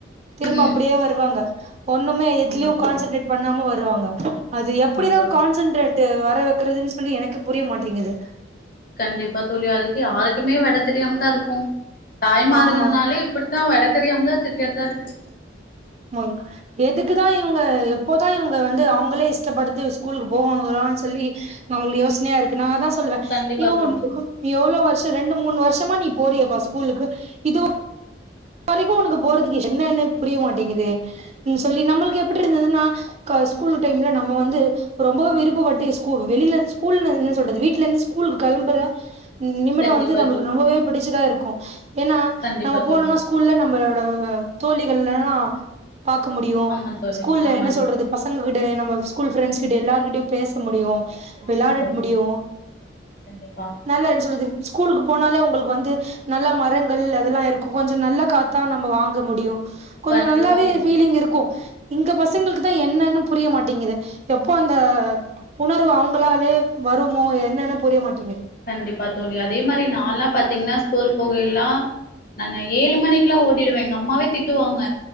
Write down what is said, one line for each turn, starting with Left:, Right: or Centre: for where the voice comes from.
Right: திரும்ப
Left: ம்.
Right: அப்டியே வருவாங்க ஒண்ணுமே எதுலயு
Left: ஆமா தோழி.
Right: கான்சென்ட்ரேட் பண்ணாம வருவாங்க அது
Left: ஆமா
Right: எப்டிதா
Left: தோழி.
Right: கான்சன்ட்ரேட்டு வர வெக்கறதுன்னு சொல்லி எனக்கு புரிய மாட்டேங்குது
Left: கண்டிப்பா தோழி அதுக்கு யாருக்குமே வெட தெரியாம தா இருக்கோ தாய் மார்கள்னாலே
Right: ஆமா
Left: இப்டி தா வெட தெரியாமாதா திரியறதா இருக்கு
Right: ஆமாங்க எதுக்குதா இவுங்க எப்போதா இவுங்க வந்து அவுங்களே இஷ்டப்படுத்து ஸ்கூலுக்கு போவாங்களானு சொல்லி நம்மளுக்கு யோசனையா இருக்குன்னா நா அதா சொல்லுவ
Left: கண்டிப்பா
Right: ஏ உ
Left: தோழி.
Right: முகோம் எவ்ளோ வர்ஷம் ரெண்டு மூணு வர்ஷமா நீ போறியேப்பா ஸ்கூலுக்கு இது ஒ வரிக்கு உனக்கு போறதுக்கு இஸ் என்னன்ன புரிய மாட்டிங்குதே சொல்லி நம்முளுக்கு எப்டி இருந்ததுன்னா க ஸ்கூல் டைம்ல நம்ம வந்து ரொம்ப விருப்பட்டு ஸ்கூல் வெளில ஸ்கூல்ல என்ன சொல்றது வீட்ல இருந்து ஸ்கூலு கெளம்புற நிமிடம்
Left: கண்டிப்பா
Right: வந்து நம்முளுக்கு
Left: தோழி.
Right: ரொம்பவே பிடிச்சதா இருக்கோ ஏன்னா
Left: கண்டிப்பா
Right: நம்ம
Left: தோழி.
Right: போனோனா ஸ்கூல்ல நம்மளோட தோழிகள்லா பாக்க முடியு
Left: ஆமா தோழி.
Right: ஸ்கூல்ல
Left: ஆமா
Right: என்ன
Left: தோழி.
Right: சொல்றது பசங்க கிட்ட நம்ம ஸ்கூல் ப்ரெண்ட்ஸ் கிட்ட எல்லார்கிட்டயு பேச முடியு
Left: ஆமா
Right: வெளையாடட்
Left: தோழி.
Right: முடியு
Left: கண்டிப்பா.
Right: நல்லா என் சொல்றது ஸ்கூலுக்கு போனாலே உங்குளுக்கு வந்து நல்லா மரங்கள் அதெல்லா இருக்கோ கொஞ்சோ நல்ல காத்தா நம்ம வாங்க முடியு கொஞ்சோ
Left: கண்டிப்பா
Right: நல்லாவே
Left: தோழி.
Right: ஃபீலிங் இருக்கோ இங்க பசங்களுக்கு தா என்னன்னு புரிய மாட்டிங்குது எப்போ அந்த உணர்வு அவங்களாலே வருமோ என்னன்னு புரிய மாட்டீங்குது
Left: கண்டிப்பா தோழி அதே மாரி நான்ல்லா பார்த்தீங்கன்னா ஸ்கூல் போகையல்லா நானு ஏழு மணிக்குலா ஓடிருவே எங்க அம்மாவே திட்டுவாங்க